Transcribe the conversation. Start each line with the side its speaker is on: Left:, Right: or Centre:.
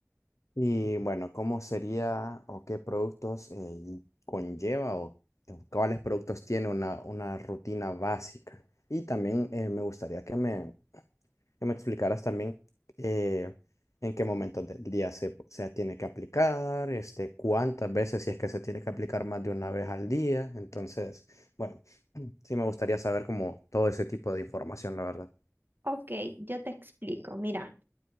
Left: Y bueno, ¿cómo sería o qué productos eh, y conlleva o, o cuáles productos tiene una, una rutina básica? Y también eh, me gustaría que me que me explicaras también eh, en qué momentos del día se, se tiene que aplicar, este, cuántas veces, si es que se tiene que aplicar más de una vez al día. Entonces, bueno, <clears throat> sí me gustaría saber como todo ese tipo de información, la verdad.
Right: Ok, yo te explico. Mira,